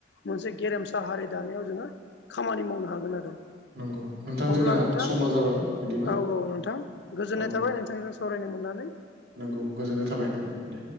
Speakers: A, on the left; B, on the right.
A: मोनसे गेरेमसा हारि दानायाव जोङो खामानि मावनो हागोन आरो
B: नंगौ नोंथां
A: अब्ला
B: जोंहा
A: नोंथां
B: समा
A: औ
B: जाबाय बिदिबा
A: औ नोंथां गोजोननाय
B: औ
A: थाबाय नोंथांजों सावरायनो मोननानै
B: नंगौ गोजोननाय थाबाय दे